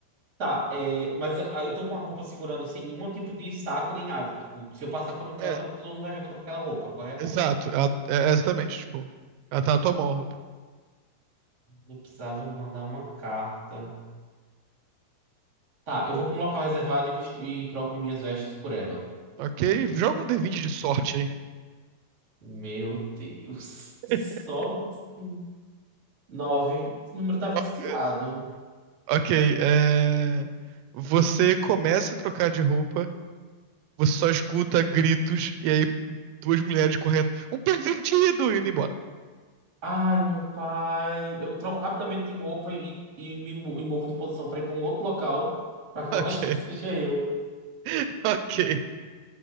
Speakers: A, on the right (about 25°); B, on the right (about 85°).
A: Tá, é, mas eu, eu tô com a roupa segurando sem nenhum tipo de saco nem nada. Tipo, se eu passar por um canto,
B: É,
A: todo mundo vai ver que eu tô com aquela roupa, correto?
B: exato. Ela- é, é exatamente, tipo, ela tá na tua mão, a roupa.
A: Eu precisava mandar uma carta. Tá, eu vou pra um local reservado e visto e troco minhas vestes por ela.
B: Ok, joga um D20 de sorte aí.
A: Meu Deus, <laughs>
B: <laughs>
A: que só assim. nove. Esse número tá viciado.
B: Vamos ver. Ok, é... Você começa a trocar de roupa, você só escuta gritos e aí duas mulheres correndo. Um pervertido! Indo embora.
A: Ai, meu pai. Eu troco rapidamente de roupa e, e me mo- e movo de posição pra ir pra um outro local, pra que não
B: Ok,
A: <laughs> achem que seja eu.
B: <laughs> ok.